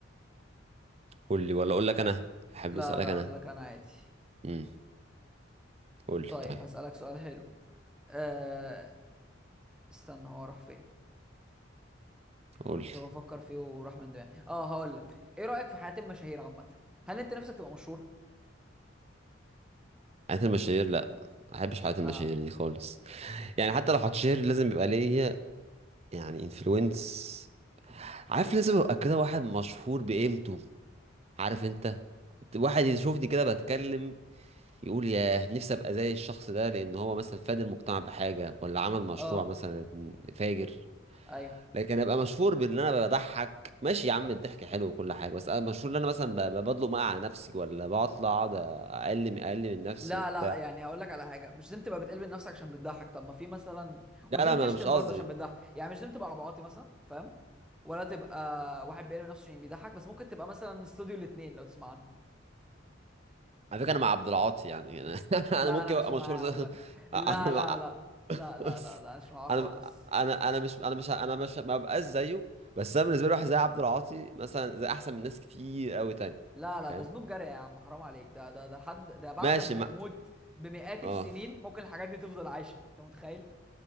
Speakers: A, on the right; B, in the centre.
A: قول لي ولا اقول لك انا احب
B: لا
A: اسالك
B: لا
A: انا
B: اقول لك انا عادي
A: امم قول لي
B: طيب
A: طيب
B: هسألك سؤال حلو أه... استنى هو راح فين
A: قول
B: انا كنت
A: لي
B: بفكر فيه وراح من دماغي اه هقول لك ايه رأيك في حياة المشاهير عامة هل انت نفسك تبقى مشهور
A: حياة المشاهير لا ما احبش حياة المشاهير
B: اه
A: دي خالص يعني حتى لو هتشير لازم يبقى ليا يعني انفلونس عارف لازم ابقى كده واحد مشهور بقيمته عارف انت واحد يشوفني كده بتكلم يقول ياه نفسي ابقى زي الشخص ده لان هو مثلا فاد المجتمع بحاجه ولا عمل مشروع
B: اه
A: مثلا فاجر
B: ايوه
A: لكن ابقى مشهور بان انا بضحك ماشي يا عم الضحك حلو وكل حاجه بس انا مشهور ان انا مثلا ب- ب- بضلق مقع على نفسي ولا بطلع اقعد اقلم اقلم من نفسي
B: لا
A: وبتاع
B: لا يعني هقول لك على حاجه مش لازم تبقى بتقلب نفسك عشان بتضحك طب ما في مثلا ومش
A: لا
B: لازم
A: لا ما
B: تشتم
A: انا مش قصدي
B: برضه عشان بتضحك يعني مش لازم تبقى عبعاطي مثلا فاهم ولا تبقى واحد بيقلب نفسه عشان بيضحك بس ممكن تبقى مثلا استوديو الاثنين لو تسمع عنه
A: على فكره انا مع عبد العاطي يعني انا <laughs>
B: لا
A: انا ممكن
B: انا مش
A: ابقى
B: معاها
A: مشهور زي
B: عامه
A: <laughs>
B: لا
A: أنا
B: لا
A: مع-
B: لا لا لا
A: بس
B: لا لا مش معاها خالص
A: انا انا انا مش انا مش انا مش ما ببقاش زيه بس انا بالنسبه لي واحد زي عبد العاطي مثلا زي احسن من ناس كتير قوي تاني
B: لا لا
A: فاهم
B: ده ذنوب جارية يا عم حرام عليك ده ده ده لحد ده بعد
A: ماشي
B: ما
A: ما
B: يموت بمئات
A: اه
B: السنين ممكن الحاجات دي تفضل عايشة انت متخيل